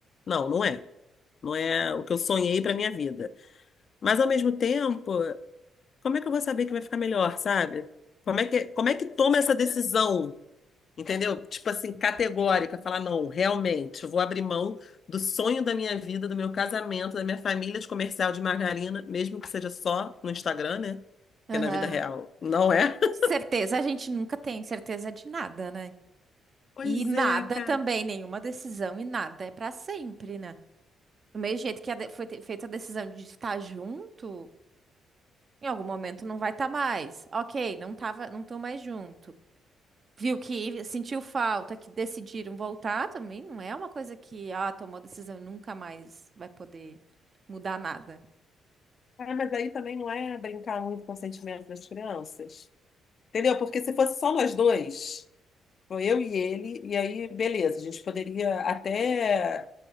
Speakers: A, on the left; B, on the right.
A: Não, não é. Não é o que eu sonhei pra minha vida. Mas, ao mesmo tempo, como é que eu vou saber que vai ficar melhor, sabe? Como é que, como é que toma essa decisão, entendeu? Tipo assim, categórica, falar, não, realmente, eu vou abrir mão do sonho da minha vida, do meu casamento, da minha família de comercial de margarina, mesmo que seja só no Instagram, né? Porque
B: Aham.
A: na vida real não é. <laughs>
B: Certeza a gente nunca tem certeza de nada, né?
A: Pois
B: E nada
A: é, cara.
B: também, nenhuma decisão e nada é pra sempre, né? Do mesmo jeito que a de- foi te- feita a decisão de estar junto, em algum momento não vai estar mais. Ok, não tava, não estão mais junto. Viu que sentiu falta, que decidiram voltar também, não é uma coisa que, ah, tomou decisão e nunca mais vai poder mudar nada.
A: Ah, mas aí também não é brincar muito com o sentimento das crianças. Entendeu? Porque se fosse só nós dois, foi eu e ele, e aí, beleza, a gente poderia até